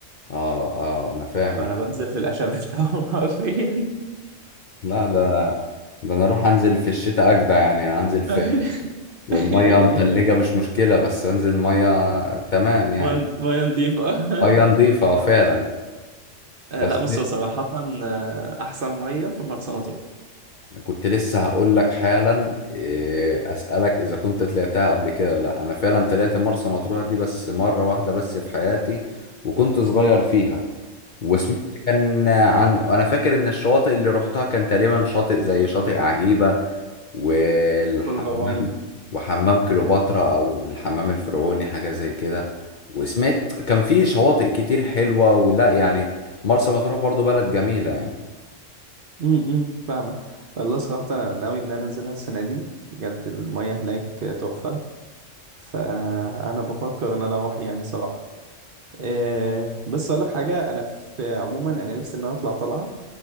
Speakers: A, on the left; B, on the right.
A: اه اه انا فاهم
B: فأنا
A: الحوار.
B: بنزل في القشة بتاعهم حرفيا
A: لا ده ده انا اروح انزل في الشتاء اجدع يعني انزل في
B: <laughs>
A: والمية
B: يعني
A: متلجة مش مشكلة بس انزل مية تمام يعني
B: مية مية نضيفة
A: مية
B: <laughs>
A: نضيفة آه، فعلا
B: آه،
A: بس
B: لا بص هو صراحة آه، أحسن مية في مرسى مطروح
A: كنت لسه هقول لك حالا إيه، اسألك اذا كنت طلعتها قبل كده ولا لا انا فعلا طلعت مرسى مطروح دي بس مرة واحدة بس في حياتي وكنت صغير فيها وسمعت كان عن انا فاكر ان الشواطئ اللي روحتها كان تقريبا شاطئ زي شاطئ عجيبة والحمام
B: كل غرام
A: وحمام كليوباترا او الحمام الفرعوني حاجه زي كده وسمعت كان في شواطئ كتير حلوه ولا يعني مرسى مطروح برضو بلد جميله يعني
B: امم فاهمك والله صراحة أنا ناوي إن أنا أنزلها السنة دي بجد المية هناك تحفة فأنا بفكر إن أنا أروح يعني صراحة إيه بس أقول لك حاجة أنا في عموما أنا نفسي إن أنا أطلع طلعة